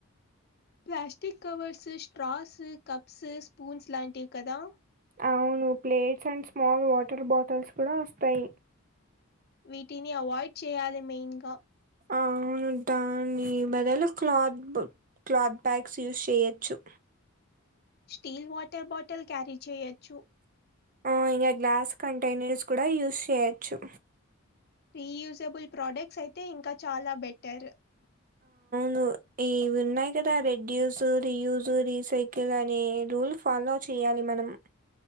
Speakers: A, on the left; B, on the right.
A: plastic covers straws cups spoons లాంటివి కదా
B: అవును plates and small water bottles కూడా వస్తాయి
A: వీటిని అవాయిడ్ చేయాలి మెయిన్ గా
B: అవును దాని బదులు క్లాత్ క్లాత్ బ్యాగ్స్ యూస్ చేయొచ్చు
A: స్టీల్ వాటర్ బాటిల్ క్యారీ చేయొచ్చు
B: ఆ ఇంకా గ్లాస్ కంటైనర్స్ కూడా యూస్ చేయొచ్చు
A: రీయూజబుల్ ప్రోడక్ట్స్ అయితే ఇంకా చాలా బెటర్ ఆ
B: ను ఇవి ఉన్నాయి కదా రెడ్యూస్ రియూజ రీసైకిల్ అనే రూల్ ఫాలో చేయాలి మనం